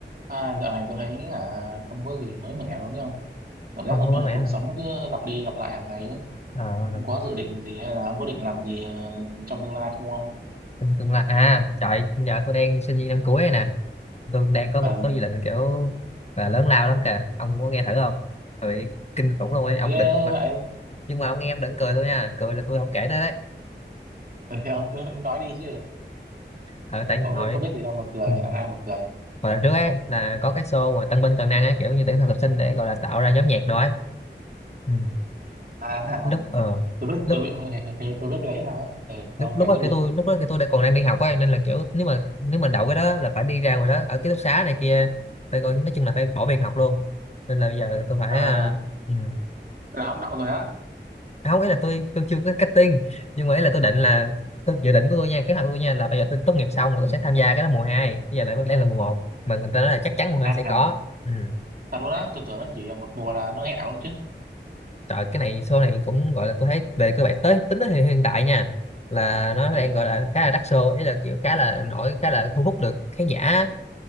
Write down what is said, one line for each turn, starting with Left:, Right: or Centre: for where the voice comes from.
Right: Ai, dạo này tôi thấy là không có gì mới mẻ luôn đấy ông. Cảm giác
Left: không
Right: giống
Left: có mới
Right: như là
Left: mẻ
Right: cuộc
Left: hả?
Right: sống nó cứ lặp đi lặp lại hàng ngày ấy.
Left: ờ
Right: Ông có dự định gì hay là ông có định làm gì ờ, trong tương lai không ông?
Left: trong tương lai à trời giờ tôi đang sinh viên năm cuối này nè tôi đang có một
Right: Ừ,
Left: số dự định kiểu là lớn lao lắm kìa ông có nghe thử không Trời kinh khủng luôn ấy ông
Right: ghê
Left: đừng mà
Right: vậy.
Left: nhưng mà ông nghe em đừng cười tôi nha cười là tôi không kể tới đấy
Right: Ừ, thì ông cứ <laughs> nói đi chứ.
Left: ờ tại
Right: Có, có,
Left: hồi
Right: có biết gì đâu mà cười,
Left: ừ.
Right: ai mà cười.
Left: hồi đợt trước ấy là có cái show mà tân binh toàn năng ấy kiểu như tuyển thực tập sinh để gọi là tạo ra nhóm nhạc đó ấy ừ.
Right: À, <laughs> à,
Left: lúc ờ
Right: tôi biết,
Left: lúc
Right: tôi biết, <laughs> hình như tôi biết cái đấy sao á. Ừ,
Left: lúc
Right: ông
Left: lúc
Right: kể
Left: đó
Right: tiếp
Left: cái
Right: đi.
Left: tôi lúc đó cái tôi đã còn đang đi học ấy nên là kiểu nếu mà nếu mà đậu cái đó là phải đi ra ngoài đó ở ký túc xá này kia phải coi nói chung là phải bỏ việc học luôn nên là bây giờ tôi phải
Right: À,
Left: à, ừ.
Right: là ông đậu rồi á.
Left: À, không ấy là tôi tôi chưa có cutting nhưng mà ấy là tôi định là tôi dự định của tôi nha kế hoạch của tôi nha là bây giờ tôi tốt nghiệp xong
Right: Ừ.
Left: là tôi sẽ tham gia cái đó mùa hai bây giờ lại đang là mùa một mà người ta nói là chắc chắn mùa 2
Right: À,
Left: sẽ có ừ.
Right: thật luôn á, tôi tưởng nó chỉ là một mùa là nó hẹo luôn chứ.
Left: Trời cái này show này cũng gọi là tôi thấy về cơ bản tới tính tới hiện hiện tại nha là nó
Right: Ừ.
Left: đang gọi là khá là đắt show ý là kiểu khá là nổi khá là thu hút được khán giả